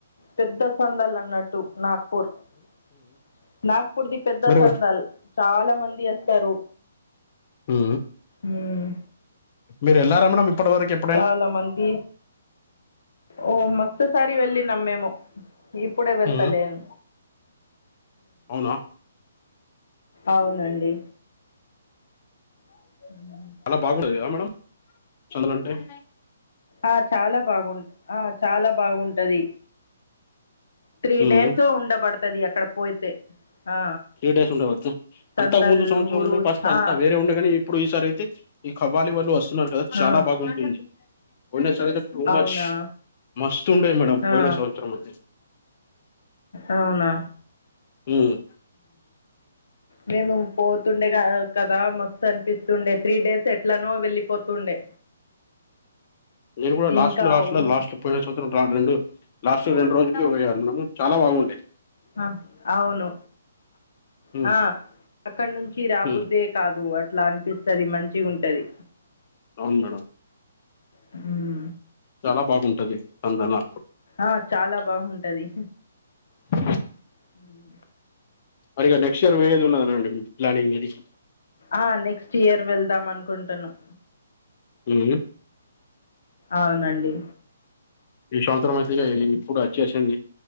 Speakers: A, on the left (about 65°); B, on the left (about 30°).
A: పెద్ద సందల్ అన్నట్టు నాకు <unintelligible> నాగ్పూర్ది పెద్ద
B: మరి
A: సందల్ చాలా మంది వస్తారు
B: హు
A: మ్మ్.
B: మీరు వెళ్ళారా మేడం ఇప్పటి వరకే <unintelligible>
A: చాల మంది ఓ మస్తుసరి వెళ్ళినం మేము ఇప్పుడే వెళ్తాలేను
B: ఉమ్, అవునా
A: అవునండి హు
B: <unintelligible>
A: ఆ చాలా బాగుంట ఆ చాలా బాగుంది త్రీ
B: ఉమ్,
A: డేస్ ఉండబడుతది అక్కడ పోయితే ఆ
B: త్రీ డేస్ ఉండే బడతది
A: సందల్
B: అంతా ముందు సంవత్సరం
A: ఊరు
B: ఉండే ఫస్ట్ అంతా
A: ఆ
B: వేరే ఉండేగా ఇప్పుడు ఈ సారి అయితే ఈ కఖ్వాలీ వళ్ళు వస్తున్నరు చాలా
A: ఆ
B: బాగుంటుంది పోయిన సార్యితే టూ
A: అవునా
B: మచ్ మస్తు ఉండే మేడం
A: ఆ
B: పోయిన సంవత్సరం అయితే
A: అవునా
B: ఉమ్,
A: మేము పో తుండే కదా మస్తు అనిపిస్తుండే త్రీ డేస్ ఎట్లానో వెళ్ళిపోతుండే
B: నేను కూడా లాస్ట్లో
A: ఇంకా
B: లాస్ట్ లో
A: ఉన్
B: లా పోయిన సంవత్సరం రెండు లాస్ట్ రెండు రోజులు పోయినం మనం చాలా బాగుండే
A: ఆ అవును
B: ఉమ్,
A: హ అక్కడి నుంచి రా
B: ఉమ్.
A: బుద్దే కాదు అట్లా అనిపిస్తది మంచిగా ఉంటాది
B: అవును మేడమ్
A: హ
B: చాలా బాగుంటది అందుల
A: ఆ చాలా బాగుంటది
B: అ
A: అ
B: మరి ఇక నెక్స్ట్ ఇయర్ పోయేది ఉన్నాదనండి ప్లానింగ్ ఏది మిది
A: ఆ నెక్స్ట్ ఇయర్ వెళ్దాం అనుకుంటున్నాం
B: ఉ
A: అవునండి
B: ఈ సంవస్రం అయితే ఇప్పుడు వచ్చేసింది